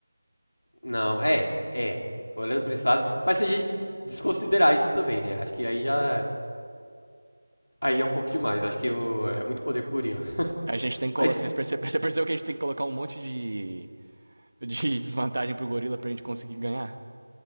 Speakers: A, on the left; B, on the right.
A: não, é, é, olhando pra esse lado. Mas se a gente desconsiderar isso também, né, acho que aí já, aí já é um pouco demais. Acho que o- é muito poder pro gorila. <laughs>
B: A gente tem que
A: Mas
B: colocar, vocês perce- <laughs> você percebeu que a gente tem que colocar um monte de de <laughs> desvantagem pro gorila pra gente conseguir ganhar.